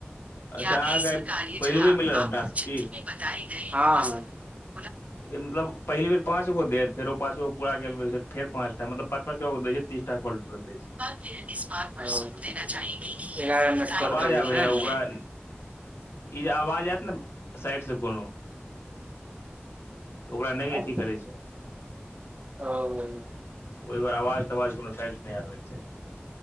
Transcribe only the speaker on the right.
य
ऐसी
क
जहाँ
आपको
चित्र
मे बताई गय <unintelligible>
फिर निस बार पर सुू देना चाही <unintelligible> एगारह मीड काँल
छैन
<unintelligible> हँ
<unintelligible>
ओ <inaudible>